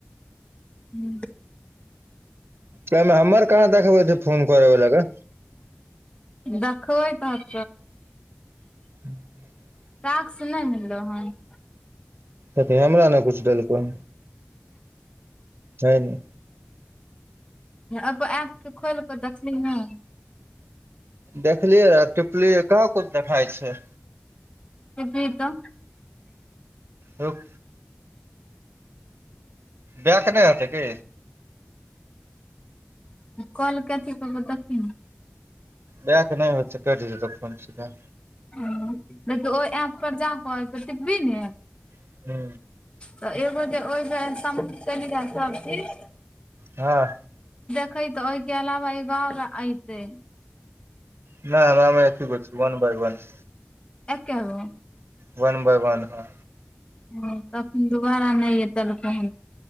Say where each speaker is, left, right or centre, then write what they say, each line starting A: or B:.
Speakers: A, on the left (about 25°); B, on the right (about 80°).
A: हूँ
B: एहिमे हमर कहाँ देखबै छै फोन करयवला गै
A: देखबै तऽ
B: <unintelligible>
A: टाक्स नहि मिललौ हन
B: कथि हमरा ने किछ देलको छै न
A: एपो ऐप कऽ खोलि कऽ देखली हन
B: देखलियै रहै टिपलियै कहाँ कुछ देखाइ छै
A: टीपही तऽ
B: रुक बैक नइ हेतै की
A: कल कऽ अथी कऽ कऽ देखही न
B: बैक नइ होय छैय कैट जतौ फौन सीधा
A: ह नइ तऽ ओय एप पर जा कऽ टीप बीही ने
B: हूँ
A: तऽ एगो जे ओहि बेर सम कैलही रहे सब चीज
B: हां
A: छैइ तऽ ओहिके अलवा एगो और एतै
B: नइ हमरा मे एके गो छै वन बइ वन
A: एके गो
B: वन बइ वन हँ
A: ह तखन दुबारा नहि ए देलकै